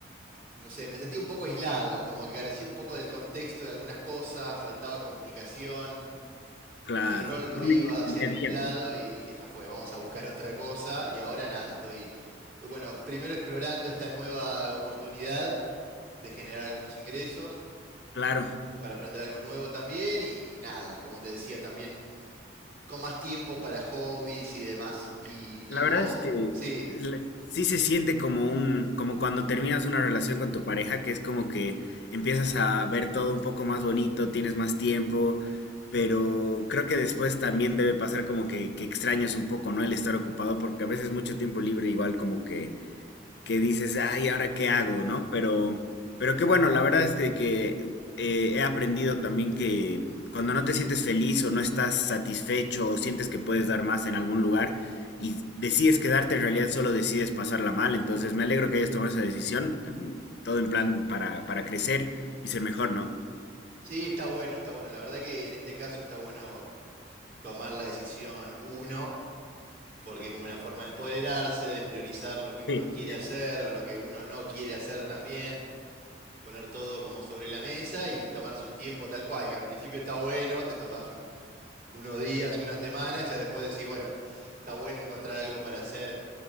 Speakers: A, on the right; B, on the left.
A: no sé, me sentía un poco aislado, como que carecía un poco del contexto de algunas cosas, faltaba comunicación
B: Claro.
A: el rol no
B: No
A: iba
B: vivías
A: hacia
B: el día
A: ningún
B: a día,
A: lado
B: pues.
A: y dije, ya fue, vamos a buscar otra cosa. Y ahora nada, estoy, bueno, primero explorando esta nueva oportunidad de generar algunos ingresos
B: Claro.
A: para aprender algo nuevo también y nada, como te decía, también con más tiempo para hobbies y demás. ¿Y,
B: La
A: y vos?
B: verdad es que
A: Sí,
B: la- sí se siente como un, como cuando terminas una relación con tu pareja, que es como que empiezas a ver todo un poco más bonito, tienes más tiempo, pero creo que después también debe pasar como que, que extrañas un poco, ¿no? El estar ocupado, porque a veces mucho tiempo libre igual como que que dices, ay, ¿ahora qué hago? ¿No? Pero, pero qué bueno, la verdad es que, que, eh, he aprendido también que cuando no te sientes feliz o no estás satisfecho o sientes que puedes dar más en algún lugar y decides quedarte, en realidad solo decides pasarla mal. Entonces me alegro que hayas tomado esa decisión, em, todo en plan para, para crecer y ser mejor, ¿no?
A: sí, está bueno, está bueno. La verdad que en este caso está bueno tomar la decisión uno, porque es como una forma de empoderarse, de priorizar lo que uno
B: Sí.
A: quiere hacer o lo que uno no quiere hacer también. poner todo como sobre la mesa y tomarse un tiempo tal cual, que al principio está bueno, te tomás un- unos días, unas semanas, ya después decís, bueno, está bueno encontrar algo para hacer